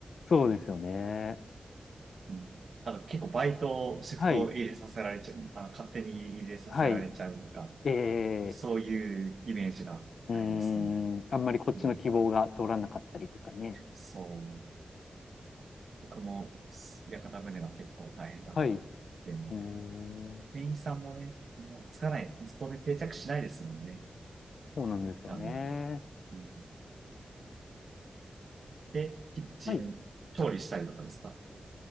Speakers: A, on the left (about 85°); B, on the right (about 65°).
A: そうですよね。
B: うん、あの、結構バイト、シフト入れさせられちゃう、
A: はい、
B: あの、勝手に入れさせられちゃうとか、
A: はい。え
B: そういうイメージがありますね。
A: ー、うーん、あんまりこっちの希望が通らなかったりとかね。
B: うん、そう。僕も、屋形船は結構大変だったなっていうのは。
A: はい、うーん、
B: 店員さんもね、まあつかない、勤め定着しないですもんね。
A: そうなんですよね。
B: 多分。うん、で、キッチン、
A: はい、
B: 調理したりとかですか